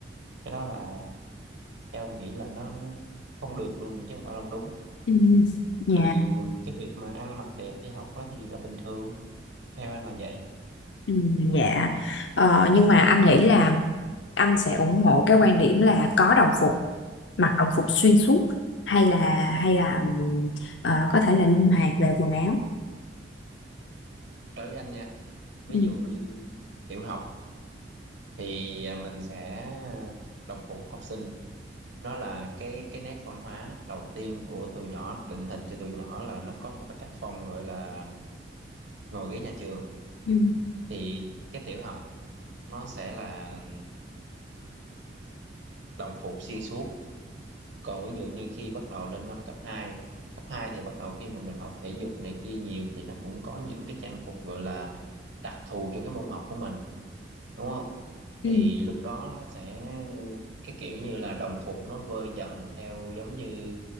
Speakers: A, on the right; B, on the left.
A: cái đó là theo anh nghĩ là nó, nó không được luôn nữa chứ không phải là không đúng
B: Ừ, dạ
A: thì cái việc mà ăn mặc đẹp đi học đó thì là bình thường theo anh là vậy
B: Ừ, dạ Ờ, nhưng mà anh nghĩ là anh sẽ ủng hộ cái quan điểm là có đồng phục mặc đồng phục xuyên suốt hay là hay là ờ, có thể là linh hoạt về quần áo
A: đối với anh nha ví
B: ừ.
A: dụ như tiểu học thì à, mình sẽ đồng phục học sinh nó là cái cái nét văn hóa đầu tiên của tụi nhỏ định hình cho tụi nhỏ là nó có một cái tác phong gọi là ngồi ghế nhà trường
B: Ừ.
A: thì cái tiểu học nó sẽ là đồng phục xuyên suốt còn ví dụ như khi bắt đầu lên năm cấp hai, cấp 2 thì bắt đầu khi mà mình học thể dục này kia nhiều thì nó cũng có những cái trang phục gọi là đặc thù cho cái môn học của mình đúng không thì
B: Ừ.
A: lúc đó nó sẽ cái kiểu như là đồng phục nó vơi dần theo giống như